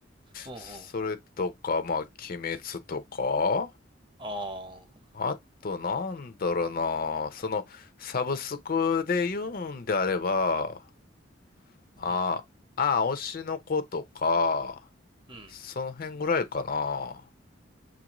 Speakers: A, on the right; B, on the left.
A: うんうん。
B: それとか、まあ、鬼滅とか、
A: ああ。
B: あと、なんだろうな、その、サブスクで言うんであれば、ああ、
A: うん。
B: ああ、推しの子とか、
A: うん。
B: その辺ぐらいかな。